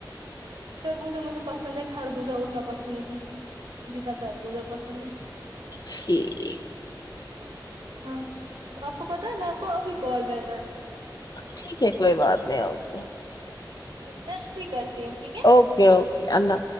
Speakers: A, on the right; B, on the left.
A: تربوزا مجھے پسند ہے خربوزہ اتنا پسند نہیں جتنا تربوزہ پسند ہے
B: ٹھیک
A: ہاں آپ کو پتہ ہے میں آپ کو ابھی کال بیک کرتی
B: ٹھیک ہے کوئی بات نہیں آپ کو
A: <unintelligible> بھی کرتی ہوں ٹھیک ہے
B: اوکے اوکے اللہ